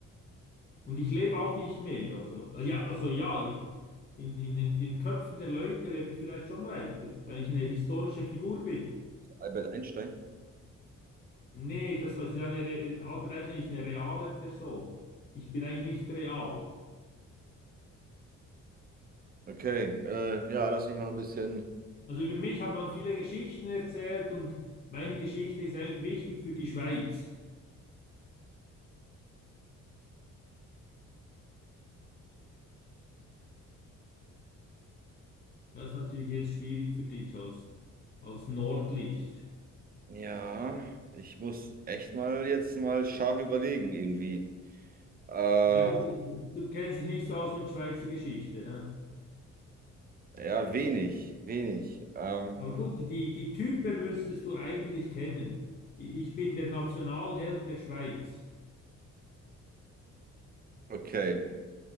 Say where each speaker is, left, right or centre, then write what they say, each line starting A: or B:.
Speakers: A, on the left; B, on the right.
A: Und ich lebe auch nicht mehr. Also, äh, ja, also ja, ich, in, in den, den Köpfen der Leute lebe ich vielleicht schon weiter, weil ich eine historische Figur bin.
B: Albert Einstein.
A: Nee, das war ja eine, Re- Albert Einstein ist eine reale Person. Ich bin eigentlich nicht real.
B: Okay, äh, ja, lass mich mal ein bisschen.
A: Also über mich hat man viele Geschichten erzählt und meine Geschichte ist eigentlich wichtig für die Schweiz. Das ist natürlich jetzt schwierig für dich als, als Nordlicht.
B: Ja, ich muss echt mal jetzt mal scharf überlegen, irgendwie. Äh,
A: Ja gut, du kennst dich nicht so aus mit Schweizer Geschichte. Hä?
B: ja, wenig, wenig. Ähm,
A: Aber gut, die, die Typen müsstest du eigentlich kennen. I- Ich bin der Nationalheld der Schweiz.
B: okay.